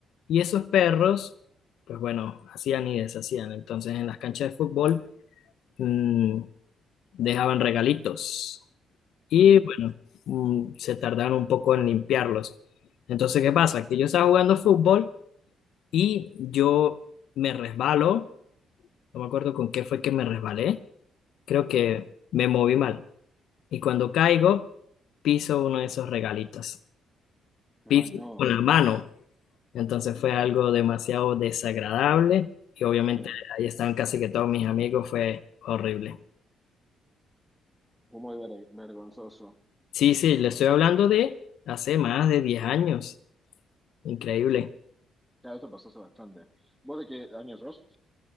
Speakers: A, on the left (about 75°); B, in the centre.
A: Y esos perros, pues bueno, hacían y deshacían. Entonces, en las canchas de fútbol, mm, dejaban regalitos. Y
B: Mm,
A: bueno, mm, se tardaron un poco en limpiarlos. Entonces, ¿qué pasa? Que yo estaba jugando fútbol y yo me resbalo. No me acuerdo con qué fue que me resbalé. Creo que me moví mal. Y cuando caigo, piso uno de esos regalitos. Piso
B: Ay, no,
A: con la mano. Entonces fue algo demasiado desagradable. Y obviamente
B: sí,
A: ahí estaban casi que todos mis amigos. Fue horrible.
B: fue muy ver- vergonzoso.
A: Sí, sí, le estoy hablando de hace más de 10 años. Increíble.
B: Claro, esto pasó hace bastante. ¿Vos de qué año sos?